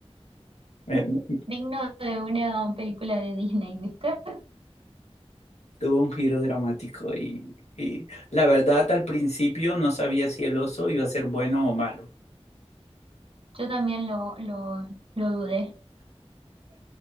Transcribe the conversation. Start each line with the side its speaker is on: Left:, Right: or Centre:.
Left: Me- me-
Right: digno de una película de Disney, ¿viste?
Left: tuvo un giro dramático y, y la verdad al principio no sabía si el oso iba a ser bueno o malo.
Right: Yo también lo, lo, lo dudé.